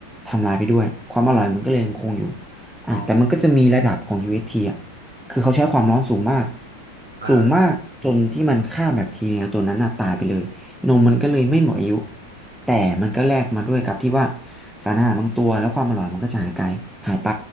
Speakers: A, in the centre; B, on the right.
A: ทำลายไปด้วยความอร่อยมันก็เลยยังคงอยู่อ่ะแต่มันก็จะมีระดับของ
B: อ๋อ
A: UHT อชทีอ่ะคือเขาใช้ความร้อนสูงมาก
B: อ่า
A: สูงมากจนที่มันฆ่าแบคทีเรียตัวนั้นน่ะตายไปเลย นมมันก็เลยไม่หมดอายุแต่มันก็แลกมาด้วยกับที่ว่าสารอาหารบางตัวแล้วความอร่อยมันก็จะหายไปหายไป